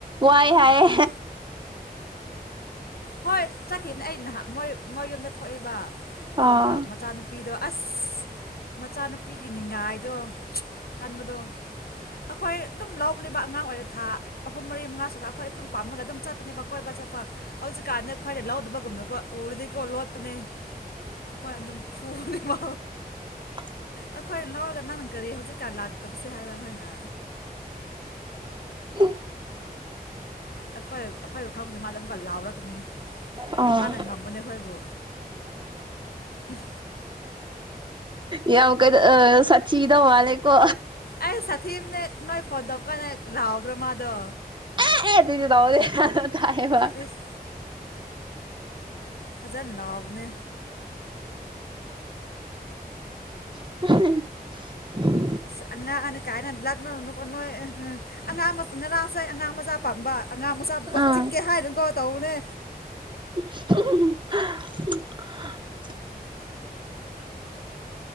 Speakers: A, on the right; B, on the left.
A: ꯋꯥꯏ ꯍꯥꯏꯌꯦ
B: ꯑꯣ ꯍꯣꯏ ꯆꯠꯈꯤꯕꯅꯦ ꯑꯩ ꯅꯍ ꯃꯣꯏ ꯃꯣꯏ ꯌꯨꯝꯗ ꯊꯣꯛꯏꯕ ꯑꯗꯨꯒ
A: ꯑꯥ
B: ꯃꯆꯥꯅꯨꯄꯤꯗꯣ ꯑꯁ ꯃꯆꯥꯅꯨꯄꯤꯒꯤ ꯅꯤꯡꯉꯥꯏ ꯍꯥꯏꯗꯣ ꯀꯟꯕꯗꯣ ꯑꯩꯈꯣꯏ ꯑꯗꯨꯝ ꯂꯧꯕꯅꯦꯕ ꯑꯉꯥꯡ ꯑꯣꯏꯔ ꯊꯥ ꯑꯍꯨꯝ ꯃꯔꯤ ꯃꯉꯥꯁꯨꯀ ꯑꯩꯈꯣꯏ ꯑꯗꯨꯝ ꯄꯥꯝꯃꯒ ꯑꯗꯨꯝ ꯆꯠꯄꯅꯦꯕ ꯀꯣꯏꯕ ꯆꯠꯄ ꯀꯥꯟꯗ ꯈ꯭ꯋꯥꯏꯗ ꯂꯧꯗꯕꯒꯨꯝꯕꯅꯀꯣ ꯎꯔꯨꯗꯤꯀꯣ ꯂꯣꯠꯄꯅꯦ ꯑꯩꯈꯣꯏ ꯑꯗꯨꯝ ꯐꯨꯕꯅꯦ ꯃꯥ
A: <inaudible>
B: ꯑꯩꯈꯣꯏ ꯂꯧꯔꯒ ꯅꯪ ꯀꯔꯤ ꯍꯧꯖꯤꯛꯀꯥꯟ ꯂꯥꯛꯇꯕꯁꯦ ꯍꯥꯏꯕ ꯑꯩꯈꯣꯏꯅ
A: <inaudible>
B: ꯑꯩꯈꯣꯏ ꯑꯩꯈꯣꯏꯕꯨ ꯈꯪꯕꯗꯦ ꯃꯥꯗ ꯑꯃꯨꯛꯀ ꯂꯥꯎꯔꯛꯀꯅꯤ
A: ꯑꯥ
B: ꯃꯥꯅ ꯉꯝꯕꯅꯦ ꯑꯩꯈꯣꯏꯕꯨ ꯎꯝ
A: ꯌꯥ ꯀꯩꯅꯣ ꯑꯥ ꯁꯊꯤꯗꯧ ꯃꯜꯂꯤꯀꯣ
B: ꯑꯁ ꯁꯊꯤꯕꯅꯦ ꯅꯣꯏ ꯐꯣꯟ ꯇꯧꯕꯀꯟꯗ ꯔꯥꯎꯗ꯭ꯔꯣ ꯃꯥꯗꯣ
A: ꯍ ꯑꯗꯨꯗꯤ ꯂꯥꯎ ꯑꯦ ꯇꯥꯏꯌꯦꯕ
B: ꯑꯦꯁ ꯐꯖꯥ ꯅꯥꯎꯕꯅꯦ
A: <unintelligible>
B: ꯑꯁ ꯑꯉꯥꯡ ꯀꯥꯏꯅ ꯂꯥꯛꯅꯔꯨꯅꯨꯀꯣ ꯅꯣꯏ
A: <inaudible>
B: ꯑ. ꯑꯉꯥꯡ ꯉꯔꯥꯡꯁꯥꯏ ꯑꯉꯥꯡ ꯃꯆꯥ ꯄꯥꯝꯕ ꯑꯉꯥꯡ ꯃꯆꯥꯀꯣ
A: ꯎꯝ
B: ꯆꯤꯛꯀꯦ ꯍꯥꯏꯅꯨꯀꯣ ꯇꯧꯕꯅꯦ
A: ꯍꯨꯝ ꯍꯨꯝ ꯍꯨꯝ